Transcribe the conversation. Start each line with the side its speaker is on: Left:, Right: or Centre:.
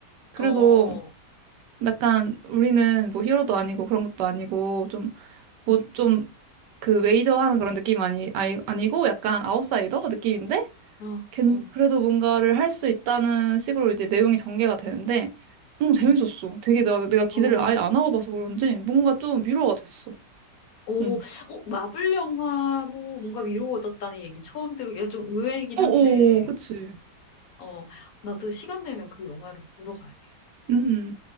Right: 그래서
Left: 어,
Right: 약간 우리는 뭐 히어로도 아니고 그런 것도 아니고 좀 뭐
Left: 음,
Right: 좀 그 메이저 하는 그런 느낌 아니, 아니 아니고 약간 아웃사이더 느낌인데
Left: 어,
Right: 괜-
Left: 어,
Right: 그래도 뭔가를 할 수 있다는 식으로 이제 내용이 전개가 되는데 응 재밌었어.
Left: 음,
Right: 되게 나, 내가 기대를
Left: 어.
Right: 아예 안 하고 봐서 그런지 뭔가 좀 위로가 됐어.
Left: 오,
Right: 응.
Left: 어, 마블 영화로 뭔가 위로가 얻었다는 얘기 처음 들으기가 좀 의외이긴
Right: 어어
Left: 한데,
Right: 그치.
Left: 어, 나도 시간 되면 그 영화를 보러 가야 돼.
Right: 음.